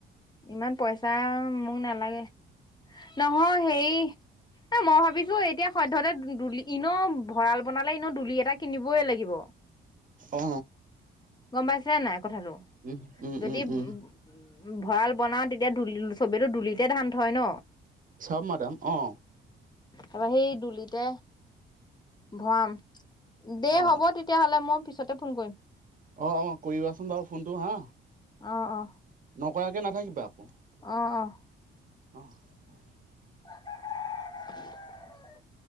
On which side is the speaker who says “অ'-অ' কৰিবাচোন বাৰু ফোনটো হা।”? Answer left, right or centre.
Right